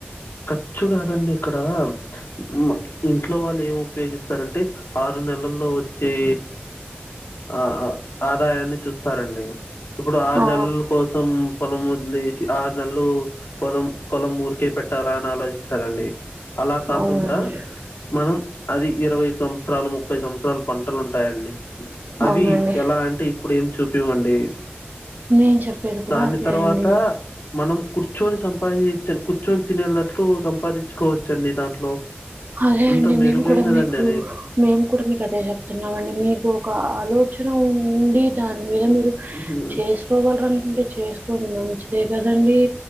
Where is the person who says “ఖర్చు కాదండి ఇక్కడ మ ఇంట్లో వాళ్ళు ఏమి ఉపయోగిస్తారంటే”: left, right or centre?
Left